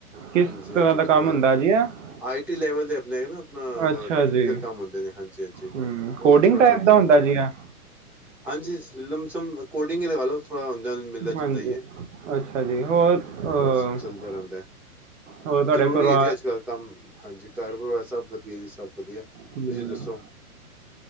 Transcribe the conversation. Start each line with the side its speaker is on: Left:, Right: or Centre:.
Right: ਕਿਸ
Centre: ਹਾਂਜੀ
Right: ਤਰ੍ਹਾਂ
Centre: ਹਾਂਜੀ,
Right: ਦਾ
Centre: ਥੋੜਾ,
Right: ਕੰਮ ਹੁੰਦਾ ਜੀ ਇਹ
Centre: ਆਈ ਟੀ ਲੈਵਲ ਦੇ ਲੇਗ ਨਾ ਅਪਣਾ
Right: ਅੱਛਾ
Centre: ਅ, ਟੈਕਨੀਕਲ
Right: ਜੀ
Centre: ਕੰਮ ਹੁੰਦੇ ਨੇ, ਹਾਂਜੀ- ਹਾਂਜੀ
Right: ਹੂੰ
Centre: ਓਹ
Right: ਕੋਡਿੰਗ
Centre: ਥੋੜ੍ਹਾ
Right: ਟਾਈਪ
Centre: ਚੱਲਦਾ
Right: ਦਾ ਹੁੰਦਾ
Centre: ਰਹਿੰਦਾ।
Right: ਜੀ ਇਹ
Centre: ਹਾਂਜੀ, ਲਮਸਮ ਕੋਡਿੰਗ ਹੀ ਲਗਾ ਲੋ। ਥੋੜਾ ਹੁੰਦਾ, ਮਿਲਦਾ-
Right: ਹਾਂਜੀ,
Centre: ਜੁਲਦਾ ਹੀ ਏ,
Right: ਅੱਛਾ ਜੀ, ਹੋਰ ਅ,
Centre: ਬਸ ਚੱਲਦਾ ਰੈੰਦਾ।
Right: ਹੋਰ ਤੁਹਾਡੇ
Centre: ਜ਼ਰੂਰੀ
Right: ਪਰਿਵਾਰ
Centre: ਏ ਜੀ ਅੱਜ-ਕੱਲ ਕੰਮ, ਹਾਂਜੀ ਘਰ-ਪਰਿਵਾਰ ਸਭ ਵਧੀਆ ਜੀ, ਸਭ ਵਧੀਆ।
Right: ਹੂੰ,
Centre: ਤੁਸੀਂ ਦੱਸੋ,